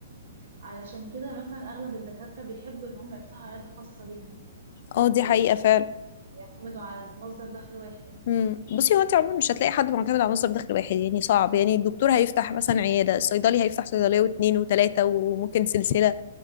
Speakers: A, on the right; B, on the left.
A: علشان كده مثلا أغلب الدكاترة بيحبوا إن هم يفتحوا عيادة خاصة ليهم
B: اه دي
A: مبيبقوش
B: حقيقه فعلا
A: مثلا يعتمدوا على مصدر دخل واحد
B: مم. بصي هو انت عموما مش هتلاقي حد معتمد على مصدر دخل واحد يعني صعب يعني الدكتور هيفتح مثلا عياده الصيدلي هيفتح صيدليه واثنين وثلاثه وممكن سلسله